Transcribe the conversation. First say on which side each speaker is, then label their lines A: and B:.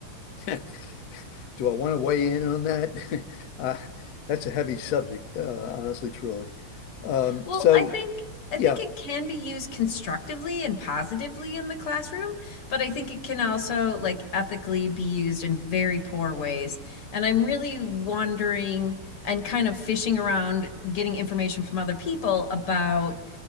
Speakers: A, on the left; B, on the left.
A: <laughs> Do I want to weigh in on that? <laughs> uh, that's a heavy subject, uh, honestly, truly. Um,
B: Well,
A: so
B: I think I
A: yeah,
B: think it can be used constructively and positively in the classroom, but I think it can also like ethically be used in very poor ways. And I'm really wondering and kind of fishing around getting information from other people about